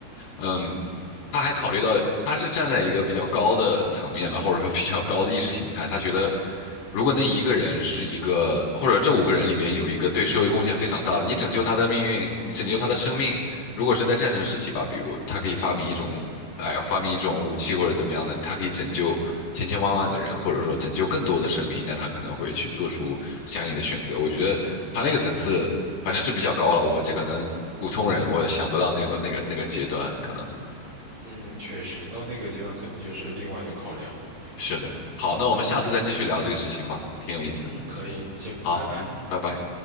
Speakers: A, on the left; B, on the right.
A: 嗯，他还考虑到他是站在一个比较高的层面吧，或者说比较高的意识形态，他觉得。如果那一个人是一个，或者这五个人里边有一个对社会贡献非常大的，你拯救他的命运，你拯救他的生命。如果是在战争时期吧，比如他可以发明一种，
B: 嗯嗯
A: 哎，发明一种武器或者怎么样的，他可以拯救千千万万的人，或者说拯救更多的生命，那他可能会去做出相应的选择。我觉得他那个层次反正是比较高了，我这可能普通人我想不到那个那个那个阶段，可能
B: 嗯，确实，到那个阶段肯定就是另外的考量了。对，
A: 是的。好，那我们下次再继续聊这个事情吧，挺有意思。
B: 嗯，可以，行，
A: 好，
B: 拜拜。
A: 嗯，拜拜。